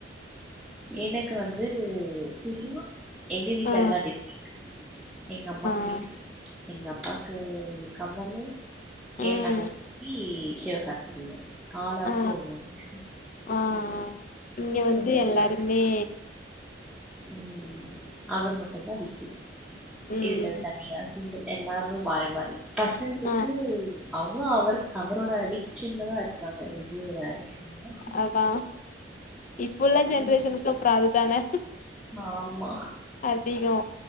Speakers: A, in the centre; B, on the left.
A: எனக்கு வந்து சூரியா எங்க வீட்டுல
B: ஆ
A: எல்லா டிஃப்ரென்ட் எங்க அம்மாக்கு
B: ஆ
A: விக்ரம் எங்க அப்பாக்கு கமலு
B: ம்
A: ஏ தங்கசிக்கி சிவகார்த்திகேயன் ஆளாளுக்கு
B: ஆ
A: ஒன்னு ஒன்னு
B: ஆ இங்க வந்து
A: மாரி
B: எல்லாருமே
A: பாருங்க. ம் அவர் மட்டும்தா விஜய்
B: ம்
A: இல்ல தனியா சிங்குள் எல்லாருமே மாறி மாறி பசங்களுக்கு
B: ஆ
A: அவுங்ளுஅவரு அவரோட அடிக்க்ஷன்ல தா இருக்காங்க விஜயோட அடிக்ஷன் தா
B: அதா இப்ப உள்ள ஜெனரேஷனுக்கு
A: ம்.
B: அப்ற அதுதான
A: ஆமா
B: அதிகொ